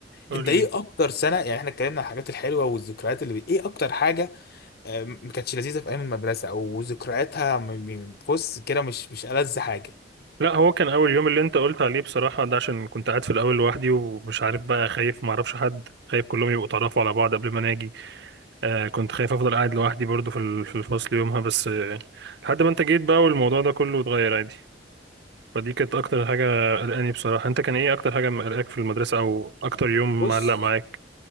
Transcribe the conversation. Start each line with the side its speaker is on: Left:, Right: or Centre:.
Right: قول
Left: انت ايه
Right: لي
Left: اكتر سنه يعني احنا اتكلمنا عن الحاجات الحلوه والذكريات اللي ايه اكتر حاجه آه، ما كانتش لذيذه في ايام المدرسه او ذكرياتها م- م- بص كده مش مش ألذ حاجه
Right: لا هو كان اول يوم اللي انت قلت عليه بصراحه ده عشان كنت قاعد في الاول لوحدي ومش عارف بقى خايف ما اعرفش حد خايف كلهم يبقوا اتعرفوا على بعض قبل ما انا اجي آه كنت خايف افضل قاعد لوحدي برضو في ال- في الفصل يومها بس آه لحد ما انت جيت بقى والموضوع ده كله اتغير عادي فدي كانت اكتر حاجه قلقاني بصراحه انت كان ايه اكتر حاجه مقلقاك في المدرسه او اكتر يوم
Left: بص
Right: معلق معاك